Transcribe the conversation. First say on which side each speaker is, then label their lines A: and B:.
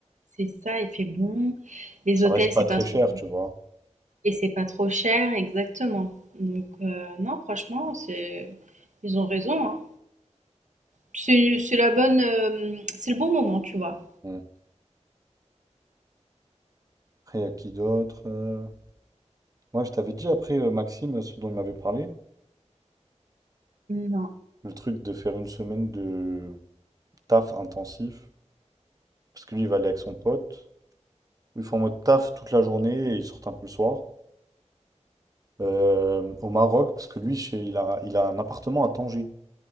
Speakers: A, on the right; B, on the right.
A: C'est ça, il fait bon. Les
B: Ça
A: hôtels,
B: reste pas
A: c'est pas
B: très
A: trop.
B: cher, tu vois.
A: Et c'est pas trop cher, exactement. Donc, euh, non, franchement, c'est. Ils ont raison, hein. C'est c'est la bonne. euh, C'est le bon moment, tu vois.
B: Mm. Après, y a qui d'autre? euh Ouais, je t'avais dit après, euh, Maxime, euh, ce dont il m'avait parlé,
A: Non.
B: le truc de faire une semaine de taf intensif. Parce que lui, il va aller avec son pote. Ils font en mode taf toute la journée et ils sortent un peu le soir. Euh, au Maroc, parce que lui, chez- il a, il a un appartement à Tanger.